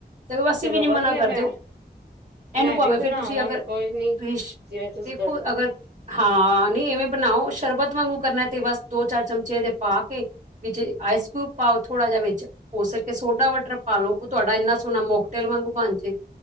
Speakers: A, on the right; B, on the right.
A: ਤੇ ਅਸੀਂ
B: ਚਲੋ
A: ਵੀ ਨਹੀਂ
B: ਵਧੀਆ,
A: ਮਨਾ ਕਰਦੇ
B: ਮੈਂ
A: ਇਹਨੂੰ
B: -ਮੈਂ
A: ਭਾਵੇਂ
B: ਵੀ
A: ਫਿਰ
B: ਬਣਾਵਾਂਗੀ
A: ਤੁਸੀਂ ਅਗਰ
B: ਕੋਈ ਨੀ
A: ਤੁਸੀਂ ਸ਼-
B: ਜਿਵੇਂ ਤੁਸੀ
A: ਅਗਰ ਹਾਂ, ਨਹੀਂ ਇਵੇਂ ਬਣਾਓ, ਸ਼ਰਬਤ ਵਾਂਗੂ ਕਰਨਾ ਤੇ, ਬਸ ਦੋ ਚਾਰ ਚਮਚੇ ਦੇ ਪਾ ਕੇ ਵਿੱਚ ਆਈਸਕਊਬ ਪਾਓ, ਥੋੜ੍ਹਾ ਜਿਹਾ ਵਿੱਚ ਹੋ ਸਕੇ ਸੋਡਾ ਵਟਰ ਪਾ ਲਓ ਉਹ ਤੁਹਾਡਾ, ਇੰਨਾ ਸੋਹਣਾ ਮੋਕਟੇਲ ਵਾਂਗ ਬਣ ਜਾਏ,